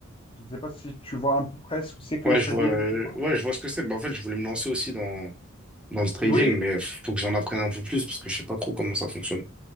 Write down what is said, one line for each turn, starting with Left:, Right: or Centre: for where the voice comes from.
Left: Je ne sais pas si tu vois à peu près ce que c'est que
Centre: Ouais,
Left: le trading
Centre: je vois, euh,
Left: et tout ça.
Centre: ouais, je vois ce que c'est. Bah, en fait, je voulais me lancer aussi dans, dans le trading,
Left: Oui,
Centre: mais faut que j'en apprenne un peu plus parce que je sais pas trop comment ça fonctionne.